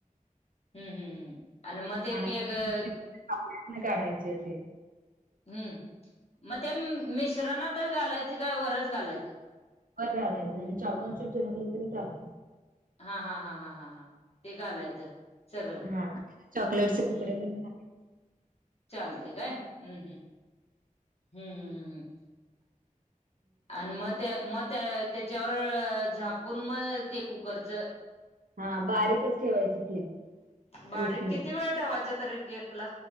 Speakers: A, on the left (about 45°); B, on the right (about 80°).
A: हम्म हम्म हम्म आणि मग ते
B: <unintelligible>
A: केक हम्म
B: <unintelligible> <unintelligible> काढायची अशी,
A: हम्म. मग ते मिश्रणातच घालायचं, काय वरच घालायचं.
B: अरे घालायचं आणि, चोकोचिप्स घातले तरी चालतंय.
A: हा हा हा हा हा. ते घालायचं, सगळं
B: हा, चॉकलेटचं
A: हम्म
B: तुकडे करून टाकायचं.
A: चालते काय, हम्म हम्म. हम्म हम्म हम्मम्. आणि मत्या मत्या. तेच्यावर झाकून मग ते कुकरचं.
B: हा बारीकच ठेवायची फ्लेम.
A: बारीक
B: वीस मिनिटं
A: किती वेळ ठेवायचं तरी केकला